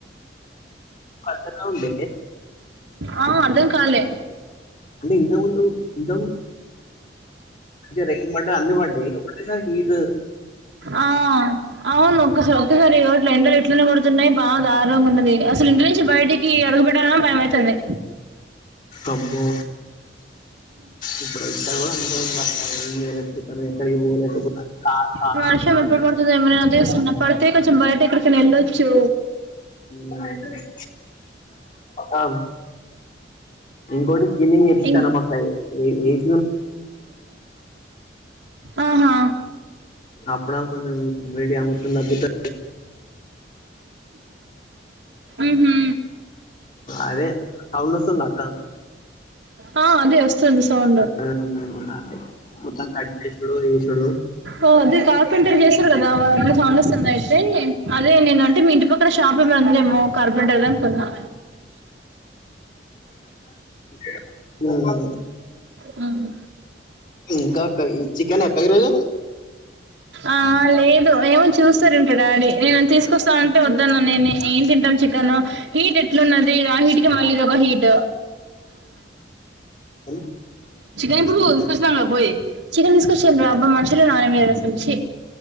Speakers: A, on the left (about 45°); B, on the right (about 80°).
A: <inaudible> త ఉంది
B: ఆ అర్ధం కాలే
A: అంటే ఇంతకుముందు ఇంత ముందు <inaudible> రైన్ పడ్డా అన్ని పడ్డాయి ఒకటేసారి హీట్వేవ్
B: ఆ అవునొక్క సక్కగరి ఇట్లా ఇండలు ఇట్లనే కొడుతున్నాయి బా దారుణంగా ఉన్నది అసలు ఇంటి నుంచి బయటికి అడుగు పెట్టాలన్న భయమాయతాంది
A: అమ్మో ఇప్పుడంతా కూడా అంతే ఇంగా మ నేల క్రితం ఎక్కడికి బోలే ఎటు పో కా కా
B: వర్షం ఎప్పుడు పడుతుందో ఏమైనా అదే వస్తున్నా పడితే కొంచెం బయట ఎక్కడికైనా వెళ్ళొచ్చు
A: మ్మ్ ఆ ఇంకోటి స్విమ్మింగ్ వేపిస్తున్నామక్కా
B: ఇం
A: వే వేడి
B: ఆహా
A: అప్పుడా కొంచెం మీడియా మొత్తం తగ్గుతది
B: ఉహు
A: అదే సౌండ్ వస్తుంది అక్కా
B: ఆ అదే వస్తుంది సౌండ్
A: అవునండి మొత్తం కన్ క్రిష్ణుడు చూసుడు
B: ఓ అదే కార్పెంటర్ చేశారు కదా అట్లా సౌండ్ వస్తుంది అయితే అదే నేనంటే మీ ఇంటి పక్ ఇక్కడ షాపులు బంధేమో కార్పెంటర్ గాని కొన్నా
A: మ్మ్
B: మ్మ్
A: ఇంకా అక్క చికెన్ అక్క ఈరోజు
B: ఆ లేదు ఏమో చూస్తానుండు డాడీ నేను తీసుకొస్తా అంటే వద్దన్న నేనే ఏం తింటాం చికెన్ హీట్ ఎట్లున్నది ఆ హీట్గా మల్ ఇదొక హీటు
A: ఆ
B: చికెన్ ఇప్పుడు తీసుకొచ్చినా పోయి చికెన్ తీసుకొచ్చాను రా అబ్బా మనుషులేనా మీరు అసలు ంచి